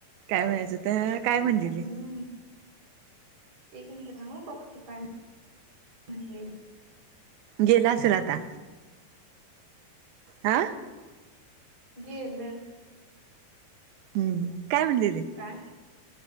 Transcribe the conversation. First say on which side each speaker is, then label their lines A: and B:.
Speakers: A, on the right; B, on the right.
A: काय म्हणायचं त काय म्हणलेली.
B: हम्म एक मिनट थांब ह बघ तू काय म्हटलेल.
A: गेला असेल आता. आ.
B: गेल.
A: हम्म काय म्हणलेली.
B: काय